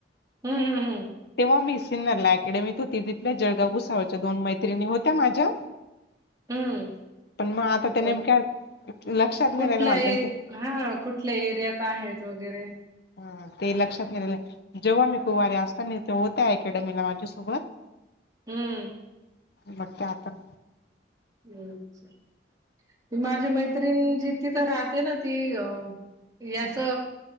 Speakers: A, on the right (about 20°); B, on the left (about 60°).
A: हम्म हम्म.
B: तेव्हा मी सिन्नरला अकेडमीत होती, तिथल्या जळगा भुसाळच्या दोन मैत्रिणी होत्या माझ्या.
A: हम्म.
B: पण मग आता ते
A: हम्म
B: नेमक्या लक्षात
A: कुठल्या
B: नाही राहिलं मला
A: ए
B: त्यांचं
A: -हा कुठल्या एरियात आहेत वगैरे.
B: हा ते लक्षात नाही राहिलं, जेव्हा मी कुवारी असता तेव्हा होत्या अकॅडमीला माझ्यासोबत.
A: हम्म.
B: बघते आता.
A: <unintelligible> माझ्या मैत्रिण जी तिथ राहते ती अ याच
B: हा हा.